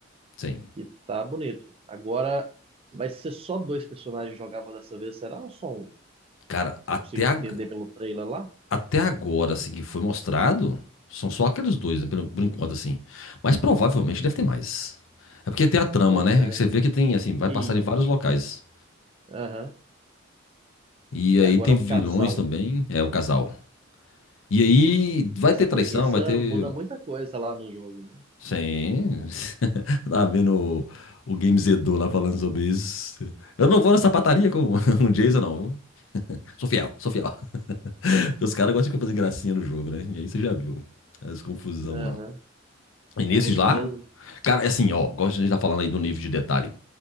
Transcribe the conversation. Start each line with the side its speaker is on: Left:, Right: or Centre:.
Left: sim.
Right: que tá bonito. Agora vai ser só dois personagens jogáveis dessa vez, será ou só um?
Left: Cara,
Right: Você
Left: até,
Right: conseguiu
Left: ag-
Right: entender pelo trailer lá?
Left: até agora, assim, que foi mostrado, são só aqueles dois, né, pelo- por enquanto, assim. Mas provavelmente deve ter mais. É porque tem a trama,
Right: Pois
Left: né?
Right: é.
Left: que Você vê que tem, assim, vai
Right: E
Left: passar em vários locais.
Right: aham.
Left: E
Right: E
Left: aí
Right: agora
Left: tem
Right: é
Left: vilões
Right: um casal.
Left: também, é o casal. E aí vai
Right: Essa
Left: ter
Right: premissa
Left: traição, vai ter.
Right: muda muita coisa lá no jogo, né?
Left: Sim. <laughs> Tá vendo o, o Games Edu lá falando sobre isso. Eu não vou nessa pataria com <laughs> o Jason, não. Eu sou fiel, sou fiel. <laughs> os caras gostam de ficar fazendo gracinha no jogo, né? E aí você já viu as confusão
Right: Aham.
Left: lá. E nesses
Right: É isso
Left: lá,
Right: mesmo.
Left: cara, é assim, ó, gosto de a gente tá falando aí do nível de detalhe.